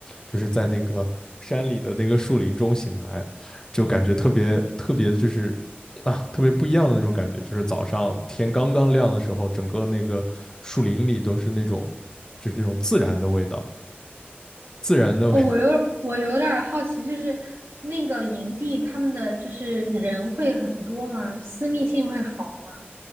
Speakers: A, on the left; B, on the right.
A: 就是在那个山里的那个树林中醒来，就感觉特别特别就是啊特别不一样的那种感觉，就是早上天刚刚亮的时候，整个那个树林里都是那种就是那种自然的味道。自然的
B: 哦，
A: <laughs>
B: 我有我有点儿好奇，就是那个营地他们的就是人会很多吗？私密性会好吗？